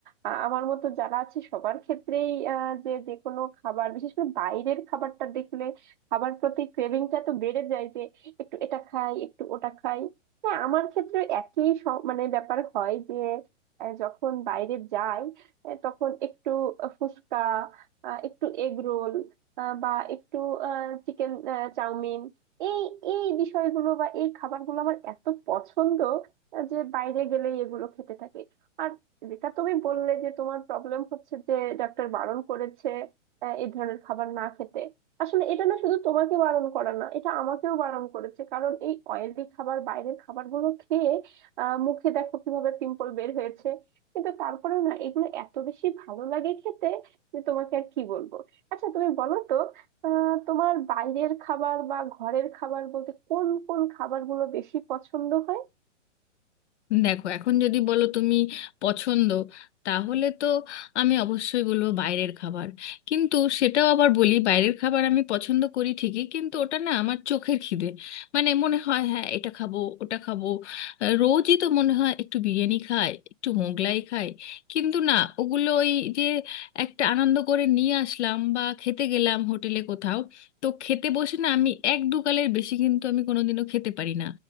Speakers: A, on the right; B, on the left.
A: আ- আমার মতো যারা আছে সবার ক্ষেত্রেই আহ, যে যে কোনো খাবার বিশেষ করে বাইরের খাবারটা দেখলে খাবার প্রতি ক্রেভিংটা তো বেড়ে যায় যে একটু এটা খাই একটু ওটা খাই হ্যাঁ আমার ক্ষেত্রে একই স- মানে ব্যাপার হয় যে আহ, যখন বাইরে যাই আহ, তখন একটু আহ, ফুচকা আহ, একটু এগ রোল বা একটু চিকেন চাউমিন এই এই বিষয়গুলো বা এই খাবারগুলো আমার এত পছন্দ যে বাইরে গেলেই এগুলো খেতে থাকে আর যেটা তুমি বললে যে তোমার প্রবলেম হচ্ছে যে ডাক্তার বারণ করেছে আহ, এই ধরনের খাবার না খেতে আসলে এটা না শুধু তোমাকে বারণ করা না এটা আমাকেও বারণ করেছে কারণ এই অয়েলি খাবার বাইরের খাবারগুলো খেয়ে আহ, মুখে দেখো কিভাবে পিম্পল বের হয়েছে কিন্তু তারপরেও না এগুলো এত বেশি ভালো লাগে খেতে যে তোমাকে আর কি বলবো আচ্ছা তুমি বলো তো আহ, তোমার বাইরের খাবার বা ঘরের খাবার বলতে কোন কোন খাবারগুলো বেশি পছন্দ হয়
B: দেখো এখন যদি বলো তুমি পছন্দ তাহলে তো আমি অবশ্যই বলবো বাইরের খাবার কিন্তু সেটাও আবার বলি বাইরের খাবার আমি পছন্দ করি ঠিকই কিন্তু ওটা না আমার চোখের খিদে মানে মনে হয় হ্যাঁ এটা খাবো ওটা খাবো আহ, রোজই তো মনে হয় একটু বিরিয়ানি খাই একটু মোগলাই খাই কিন্তু না ওগুলো ওই যে একটা আনন্দ করে নিয়ে আসলাম বা খেতে গেলাম হোটেলে কোথাও তো খেতে বসে না আমি এক দু গালের বেশি কিন্তু আমি কোনোদিনও খেতে পারি না